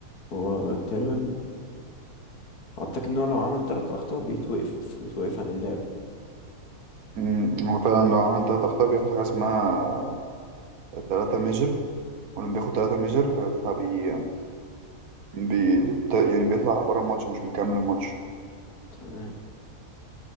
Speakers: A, on the left (about 80°); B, on the right (about 70°).
A: هو تقريبا واتاك ان هو لو عمل تلات اخطاء بيتوقف بيتوقف عن اللعب
B: مم، هو فعلا لو عمل ثلاث أخطاء بياخد حاجة اسمها تلاتة ميجر ولما بياخد تلاتة ميجر فبي بي... ت- يعني بيطلع بره الماتش مش بيكمل الماتش
A: تمام